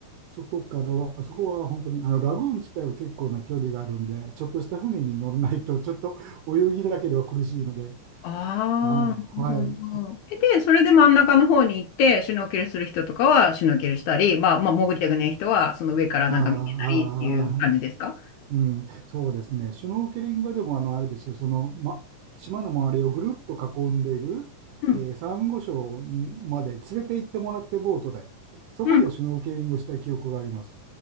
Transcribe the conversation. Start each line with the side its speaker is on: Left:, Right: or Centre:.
Right: そこからは、そこは本当に、あの、ラグーン自体は結構な距離があるんで、ちょっとした船に乗らないと、ちょっと泳ぎだけでは苦しいので、
Left: ああ、
Right: あ、はい、
Left: なるほど。えで、それで真ん中の方に行って、シュノーケルする人とかはシュノーケルしたり、まあ、まあ、潜りたくない人は、その上からなんか見てたりっていう感じですか
Right: ああ、ああ、うん、そうですね。シュノーケリングはでも、あの、あれですよ、その、ま、島の周りをぐるっと囲んでいる、
Left: うん。
Right: えー、サンゴ礁まで連れて行ってもらってボートで、そこでシュノーケリングをした記憶があります。
Left: うん。